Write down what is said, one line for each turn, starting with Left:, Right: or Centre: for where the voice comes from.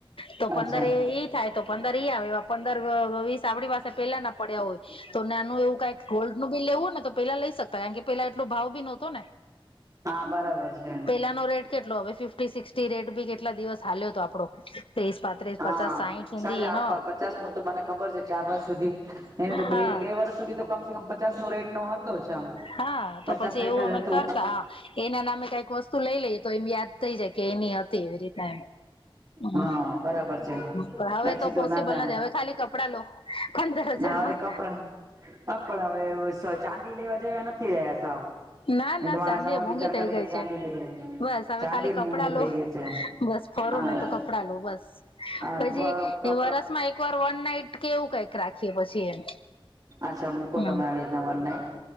Left: તો પંદર
Right: અચ્છા
Left: એ ઈ થાય તો પંદર ઈ આવે પંદર વીસ આપણી પાસે પેલા ના પડ્યા હોય તો નાનું એવું કઈ ગોલ્ડ નું બિ લેવું ને તો પેલા લઈ શકતા કારણ કે પેલા એટલો ભાવ બી નહતોને
Right: હા બરાબર છે
Left: પેલા નો રેટ કેટલો હવે ફિફી સિક્સટી રેટ બી કેટ કેટલા દિવસ હાલ્યો હતો આપડો ત્રીસ પાંત્રીસ
Right: હા
Left: પચાસ સાહીઠ સુધી
Right: સાજા આપ
Left: હ
Right: પચાસ ન તો મને ખબર છે ચાર વર્ષ સુધી એને તો
Left: હા
Right: બે બે વર્ષ સુધી તો કમસે કમ પચાસ નો રેટો હતો જમ
Left: હા તો
Right: પચાસ
Left: પછી
Right: લેટર
Left: એવું અમે
Right: હતું
Left: કરતા હા એના નામે કઈક વસ્તુ લઈ લઈએ તો એમ યાદ થઈ જાય કે એની હતી એવી રીતના એમ
Right: હા બરાબર છે
Left: પણ હવે
Right: પછી તો
Left: પોસિબલ
Right: ના થ
Left: નથી હવે ખાલી કપડા લો પંદર
Right: ના
Left: હજારમાં
Right: હવે કપડા કપડા હવે ચાંદી લેવા જેવા નથી રહ્યા સાવ
Left: ના
Right: એ
Left: ના
Right: તો માણસ
Left: સાાંદિ
Right: આમાં
Left: મોંઘી
Right: વિચાર
Left: થઇ
Right: કરે કે
Left: ગઈ
Right: ચાંદી
Left: છે
Right: લઈએ
Left: બસ હવે
Right: ચાંદી
Left: ખાલી કપડા
Right: મોંઘી થઈ
Left: લો
Right: ગઈ છે
Left: બસ ફરો
Right: હા
Left: નને તો કપડાં લો બસ પછી
Right: કપડા
Left: વરસમાં એક વાર વન નાઈટ કેવું કઈક રાખીએ પછી એમ
Right: અચ્છા મૂકો
Left: હમ
Right: તમે આવીના વરને